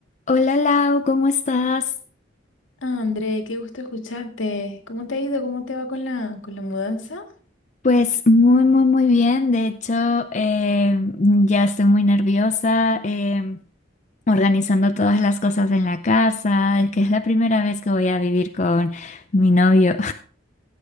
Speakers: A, on the left; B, on the left.
A: Hola Lau, ¿cómo estás?
B: Ah, André, qué gusto escucharte. ¿Cómo te ha ido? ¿Cómo te va con la, con la mudanza?
A: Pues muy, muy, muy bien. De hecho, eh, ya estoy muy nerviosa eh, organizando todas las cosas en la casa. Es que es la primera vez que voy a vivir con mi novio.